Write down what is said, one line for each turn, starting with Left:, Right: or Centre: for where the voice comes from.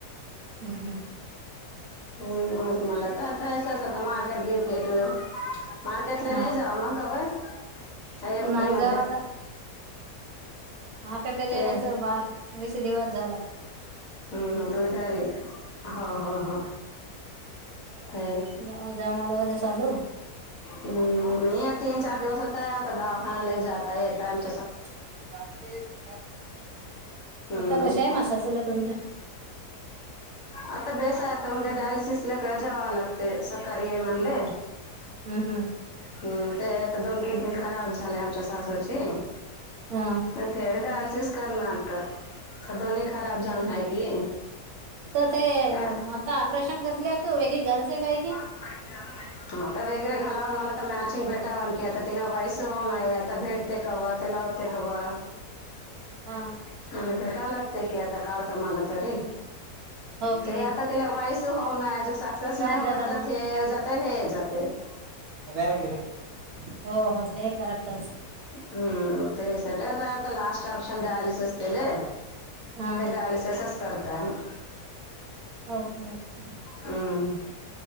Right: हम्
Left: <inaudible> हम्ज मला तर आतास आता मार्केट <inaudible> गिरकेट मार्केटला
Right: हा
Left: नाही जावा मग काय होय? <inaudible> मगय
Right: नाही
Left: मध्ये
Right: जावा आता मार्केटला जेण्याचं
Left: ते
Right: बार वीस दिवस झाला
Left: हम् ह तुमला <inaudible> घरी हो हो हो
Right: <unintelligible>
Left: ते हम्म मी तीन, चार दिवस होताय आता दावाखानाला जात <inaudible> हाय एकटी
Right: <unintelligible> <inaudible> राकेश
Left: हम्म
Right: आता कशा आहे मग सासुला तुमच्या?
Left: आता बेस आहे आता मग डायलिसिसला जावं लागते सकाळी ये म्हणले.
Right: हम्म हम्म
Left: हम्म ते आता दोन किडनी खराब झाले आमच्या सासूची.
Right: हा
Left: ते डायलिसिस करणार तर दोन्ही खराब जाऊन हाय की
Right: तर ते
Left: हा,
Right: आता ऑपरेशन करले का वेगळी घालस काय की
Left: <inaudible> हा तर वेगळे घालावन म्हणलं तर मॅचिंग भेटावान की आता तिना वायस होऊनय आता भेट ते कवा ते लावते कवा
Right: हा.
Left: <unintelligible> भेटाव लागत की आता काढतो म्हणलं तरी
Right: ओके
Left: ते आता तिला <unintelligible> हो ना अज सक्सेस
Right: चार
Left: नाही
Right: जरा
Left: होल तर
Right: नाडी
Left: हे जातयं हे जातयं
Right: <unintelligible> हो बसते करेक्टस.
Left: हम्म ते सध्या आता लास्ट ऑप्शन डायलीसिस दिले
Right: हा.
Left: ते डायलिसिसच करताय आम्ही
Right: <unintelligible>
Left: हम्म.